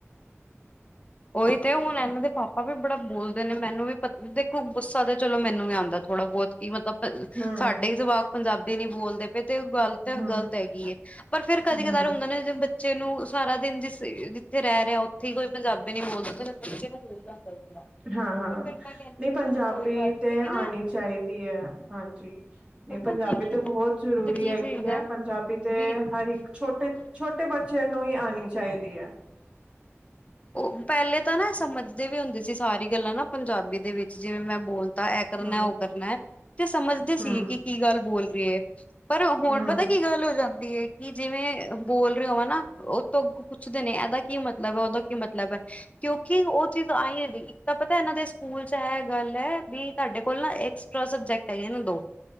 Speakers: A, on the right (about 20°); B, on the left (about 30°).
A: <unintelligible>
B: ਉਹੀ ਤੇ ਹੁਣ ਇਹਨਾਂ ਦੇ ਪਾਪਾ ਵੀ ਬੜਾ ਬੋਲਦੇ ਨੇ ਮੈਨੂੰ ਵੀ ਪਤਾ ਦੇਖੋ ਗੁੱਸਾ ਤਾਂ ਚਲੋ ਮੈਨੂੰ ਵੀ ਆਉਂਦਾ ਥੋੜਾ ਬਹੁਤ ਕੀ ਮਤਲਬ
A: ਹਮ
B: ਸਾਡੇ ਹੀ ਜਵਾਕ ਪੰਜਾਬੀ ਨੀ ਬੋਲਦੇ ਤੇ ਗਲਤ
A: ਹਮ
B: -ਗਲਤ ਹੈਗੀ ਪਰ ਫੇਰ ਕਦੇ
A: ਹਮ
B: ਕਦਾਰ ਹੁੰਦਾ ਨੇ ਬੱ ਬੱਚੇ ਨੂੰ ਸਾਰਾ ਦਿਨ ਜਿਸ ਜਿੱਥੇ ਰਹਿ ਰਿਹਾ। ਠੀਕ ਕੋਈ ਪੰਜਾਬੀ ਨਹੀਂ ਬੋਲ ਸਕਦਾ ਫਿਰ ਬੱਚੇ ਨੂੰ ਹੋ ਜਾਂਦਾ ਥੋੜਾ
A: ਹਾਂ-ਹਾਂ
B: ਪਰ ਫਿਰ ਮੈਂ ਕਹਿੰਦੀ
A: ਨਹੀਂ
B: ਚਲ
A: ਪੰਜਾਬੀ
B: ਕੋਈ ਗੱਲ ਨੀ
A: ਤੇ
B: ਕਿਉਂਕਿ ਨਾ
A: ਆਂਣੀ ਚਾਹੀਦੀ ਹੈ ਹਾਂਜੀ। ਨਹੀਂ
B: ਪਤਾ
A: ਪੰਜਾਬੀ
B: ਇਹਨਾਂ
A: ਤੇ ਬਹੁਤ ਜ਼ਰੂਰੀ
B: ਦੇ ਕੀ
A: ਹੈਗੀ
B: ਸੀਗਾ
A: ਹੈ ਪੰਜਾਬੀ ਤੇ
B: ਵੀ
A: ਹਰ ਇੱਕ ਛੋਟੇ- ਛੋਟੇ ਬੱਚੇ ਨੂੰ ਵੀ ਆਉਣੀ ਚਾਹੀਦੀ ਹੈ।
B: ਉਹ ਪਹਿਲੇ ਤਾਂ ਨਾ ਸਮਝਦੇ ਵੀ ਹੁੰਦੇ ਸੀ ਸਾਰੀ ਗੱਲਾਂ ਨਾ ਪੰਜਾਬੀ ਦੇ ਵਿੱਚ ਜਿਵੇਂ ਮੈਂ ਬੋਲ ਇਹ ਕਰਨਾ
A: ਹੂੰ
B: ਉਹ ਕਰਨਾ ਤੇ ਸਮਝਦੇ
A: ਹੂੰ
B: ਸੀ ਕਿ ਕੀ ਗੱਲ ਬੋਲ ਰਹੀ ਹੈ। ਪਰ ਹੁਣ
A: ਹੂੰ
B: ਪਤਾ ਕੀ ਗੱਲ ਹੋ ਜਾਂਦੀ ਹੈ। ਕਿ ਜਿਵੇਂ ਬੋਲ ਰਹੇ ਹੋ ਨਾ ਉਹ ਤੋਂ ਪੁੱਛਦੇ ਨੇ ਇਹਦਾ ਕੀ ਮਤਲਬ ਹੈ ਉਹਦਾ ਕੀ ਮਤਲਬ ਹੈ। ਕਿਉਂਕਿ ਉਹ ਚੀਜ਼ ਆਈ ਹੈ ਦੀ ਤਾਂ ਪਤਾ ਇਹਨਾਂ ਦੇ ਸਕੂਲ 'ਚ ਇਹ ਗੱਲ ਹੈ ਵੀ ਤੁਹਾਡੇ ਕੋਲ ਨਾ ਐਕਸਟਰਾ ਸਬਜੈਕਟ ਹੈਗੇ ਦੋ